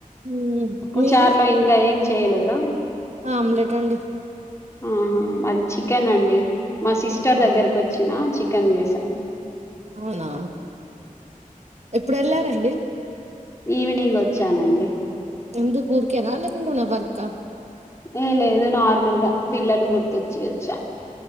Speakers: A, on the right (about 50°); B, on the left (about 20°).
A: మ్మ్.
B: అప్పు
A: మీది
B: చార్లో ఇంకా ఏం చేయలేదా
A: ఆమ్లెట్ అండి
B: ఆహా మాది చికెన్ అండి మా సిస్టర్ దగ్గరకు
A: ఆ,
B: వచ్చిన చి ఎం చేసను
A: అవునా ఎప్పుడు వెళ్లారండి
B: ఈవినింగ్ వచ్చానండి
A: ఎందు కూూర్కేనా అళ్ళే కొండ పోన్నా వర్క
B: ఏ లేదు నార్మల్గా పిల్లలు గుర్తొచ్చి వచ్చా